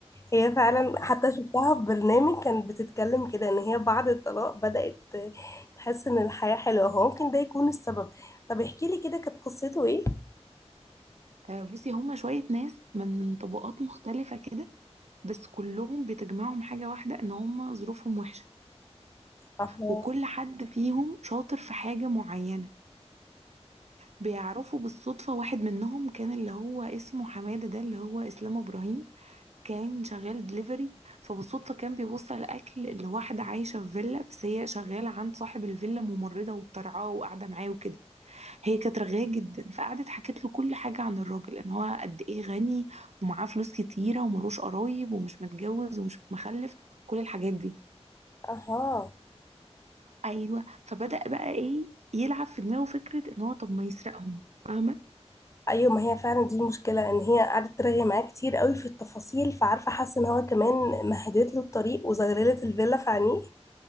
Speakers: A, on the left; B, on the right.
A: هي فعلا حتى شفتها في برنامج كانت بتتكلم كده ان هي بعد الطلاق بدأت تحس ان الحياة حلوة هو ممكن ده يكون السبب طب احكي لي كده كانت قصته ايه
B: آه، بصي هما شوية ناس من طبقات مختلفة كده بس كلهم بتجمعهم حاجة واحدة ان هما ظروفهم وحشة
A: اها
B: وكل حد فيهم شاطر في حاجة معينة بيعرفوا بالصدفة واحد منهم كان اللي هو اسمه حمادة ده اللي هو إسلام إبراهيم كان شغال دليفري فبالصدفة كان بيوصل أكل لواحدة عايشة في فيلا بس هي شغالة عند صاحب الفيلا ممرضة وبترعاه وقاعدة معاه وكده هي كانت رغاية جدا فقعدت حكت له كل حاجة عن الراجل إن هو قد إيه غني ومعاه فلوس كتيرة وملوش قرايب ومش متجوز ومش مخلف كل الحاجات دي
A: اها
B: أيوه فبدأ بقى إيه يلعب في دماغه فكرة إن هو طب ما يسرقهم فاهمة
A: ايوه ما هي فعلا دي المشكلة ان هي قعدت ترغي معاه كتير قوي في التفاصيل فعارفة حاسة ان هو كمان مهدت له الطريق وزغللت الفيلا في عينيه